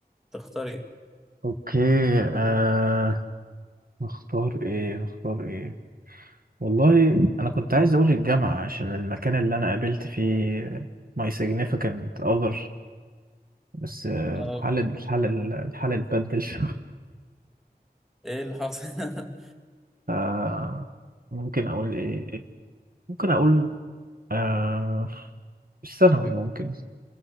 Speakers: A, in the centre; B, on the right.
A: تختار ايه
B: اوكي آه اختار ايه اختار ايه والله انا كنت عايز اقول الجامعة عشان المكان اللي انا قابلت فيه my significant other بس آه،
A: اه
B: الحال الحال الحال اتبدل <laughs>
A: ايه اللي حصل <laughs>
B: آه، ممكن اقول ايه ممكن اقول آه، الثانوي ممكن